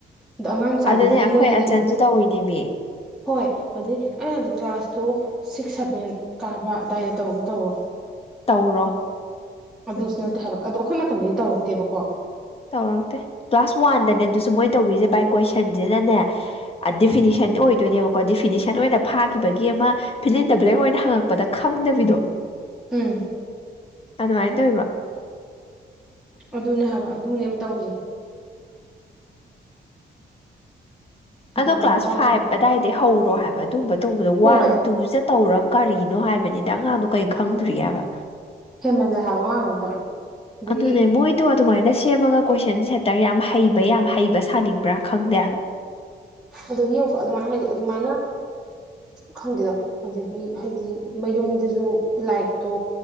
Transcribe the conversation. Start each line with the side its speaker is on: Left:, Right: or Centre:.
Centre: ꯑꯗꯣ ꯑꯉꯥꯡ ꯃꯆꯥꯗꯨꯗꯤ
Left: ꯑꯗꯨꯅꯦ ꯑꯩꯈꯣꯏ
Centre: ꯃꯣꯏꯗꯗꯤ
Left: ꯑꯆꯟꯁꯨ ꯇꯧꯔꯤꯅꯦꯃꯤ
Centre: ꯍꯣꯏ ꯑꯗꯩ ꯑꯩ ꯍꯥꯏꯕꯗꯤ ꯀ꯭ꯂꯥꯁ ꯇꯣ ꯁꯤꯛꯁ ꯁꯚꯦꯟ ꯀꯥꯕ ꯑꯗꯥꯏꯗ ꯇꯧꯒꯦ ꯇꯧꯔꯣ
Left: ꯇꯧꯔꯣ
Centre: ꯑꯗꯨꯁꯨ
Left: ꯑꯗꯨꯅꯦ
Centre: ꯅꯠꯇꯦ ꯍꯥꯏꯕ ꯑꯗꯣ ꯑꯈꯣꯏ ꯃꯇꯝꯗꯗꯤ ꯇꯧꯔꯛꯇꯦꯕꯀꯣ
Left: ꯇꯧꯔꯛꯇꯦ ꯀ꯭ꯂꯥꯁ ꯋꯥꯟꯗꯅꯦ ꯑꯗꯨꯁꯨ ꯃꯣꯏ ꯇꯧꯕꯤꯔꯤꯖ‌ꯦ ꯕꯥꯏ ꯀꯣꯏꯁꯟꯖꯤꯅꯅꯦ ꯑꯥ ꯗꯤꯐꯤꯅꯤꯁꯟ ꯑꯣꯏꯗꯣꯏꯅꯦꯕꯀꯣ ꯗꯤꯐꯤꯅꯤꯁꯟ ꯑꯣꯏꯅ ꯐꯥꯈꯤꯕꯒꯤ ꯑꯃꯥ ꯐꯤꯜ ꯏꯟꯗ ꯕ꯭ꯂꯦꯡ ꯑꯣꯏꯅ ꯍꯪꯉꯛꯄꯗ ꯈꯪꯗꯕꯤꯗꯣ
Centre: ꯎꯝ
Left: ꯑꯗꯨꯃꯥꯏꯟ ꯇ‌ꯧꯏꯕ
Centre: ꯑꯗꯨꯅꯦ ꯍꯥꯏꯕ ꯑꯗꯨꯅꯦꯕ ꯇꯧꯔꯤꯖ‌ꯦ
Left: ꯑꯗꯣ
Centre: ꯒ꯭ꯌꯥꯟ ꯑꯃ
Left: ꯀ꯭ꯂꯥꯁ
Centre: ꯇꯥꯗꯦ
Left: ꯐꯥꯏꯚ ꯑꯗꯥꯏꯗꯩ ꯍꯧꯔꯣ ꯍꯥꯏꯕ ꯑꯗꯨꯝꯕ ꯇꯧꯕꯗꯣ
Centre: ꯍꯣꯏ
Left: ꯋꯥꯟ ꯇꯨ ꯖꯠ ꯇꯧꯔ ꯀꯔꯤꯅꯣ ꯍꯥꯏꯕꯅꯤꯗ ꯑꯉꯥꯡꯗꯣ ꯀꯩ ꯈꯪꯗ꯭‌ꯣꯔꯤꯒ‌ꯦ ꯍꯥꯏꯕ
Centre: ꯍꯦꯃꯟꯂ‌ꯦ ꯍꯥꯏꯕ ꯑꯉꯥꯡꯗꯨꯗ ꯑꯗꯒꯤ
Left: ꯑꯗꯨꯅꯦ ꯃꯣꯏ ꯇ‌ꯣ ꯑꯗꯨꯃꯥꯏꯅ ꯁꯦꯝꯃꯒ ꯀꯣꯏꯁꯟ ꯁꯦꯟꯇꯔ ꯌꯥꯝ ꯍꯩꯕ ꯌꯥꯝ ꯍꯩꯕ ꯁꯥꯅꯤꯡꯕ꯭ꯔꯥ ꯈꯪꯗꯦ
Centre: ꯑꯗꯒꯤ ꯌꯦꯉꯨꯀꯣ ꯑꯗꯨꯃꯥꯏꯅ ꯍꯥꯏ ꯑꯗꯨꯃꯥꯏꯅ ꯈꯪꯗꯦꯗ ꯑꯗꯒꯤ ꯍꯥꯏꯗꯤ ꯃꯌꯨꯝꯗꯖꯨ ꯂꯥꯏꯛꯇꯣ